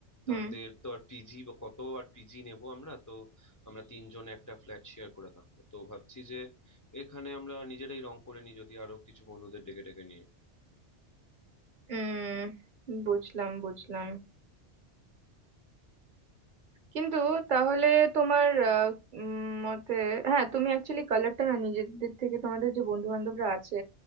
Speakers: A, on the right; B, on the left.
A: হুম
B: তাদের তো আর পিজি বা কত আর পিজি নেব আমরা তো আমরা তিনজনে একটা ফ্ল্যাট শেয়ার করে থাকবো তো ভাবছি যে এখানে আমরা নিজেরাই রং করে নিই যদি আরো কিছু বন্ধুদের ডেকে ডেকে নিয়ে
A: উম বুঝলাম বুঝলাম কিন্তু তাহলে তোমার আহ, উম, মতে হ্যাঁ তুমি অ্যাকচুয়ালি কালারটা না নিজেদের থেকে তোমাদের যে বন্ধু বান্ধবরা আছে